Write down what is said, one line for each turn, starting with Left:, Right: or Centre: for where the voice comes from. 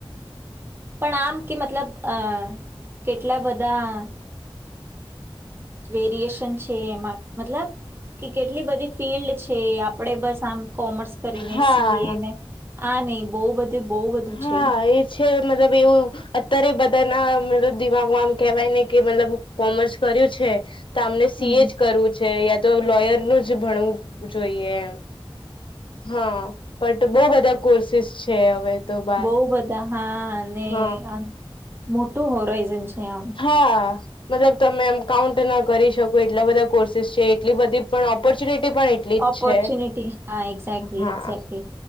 Right: પણ આમ કે મતલબ અ કેટલા બધા વેરિએશન છે એમાં મતલબ કે કેટલી બધી ફિલ્ડ છે, આપણેે બસ આમ કોમર્સ કરીને
Left: હા
Right: સી એ ને આ નહી બહુ બધું બહ બધું
Left: હા
Right: છે
Left: એ છે મતલબ એવું અત્યારે બધાના મત દિમાગમાં આમ કેવાય ને કે મતલબ કોમર્સ કર્યું છે. તો આમને સી
Right: હમ
Left: એ જ કરવું છે યા તો લોયર નું જ ભણવું જોઈએ. હા બટ બવ બધા કોર્સિસ છે હવે તો બાર
Right: બવ બધા હા અને
Left: હા
Right: આમ મોટું હોરાઈઝન છે આમ.
Left: હા. મતલબ તમે એમ કાઉન્ટ ના કરી શકો એટલા બધા કોર્સેસ છે એટલી બધી પણ ઓપોર્ચ્યુનિટી પણ એટલી જ
Right: ઓપોર્ચ્યુનિટી
Left: છે
Right: હા એક્ઝેક્ટલી
Left: હા
Right: એક્ઝેક્ટલી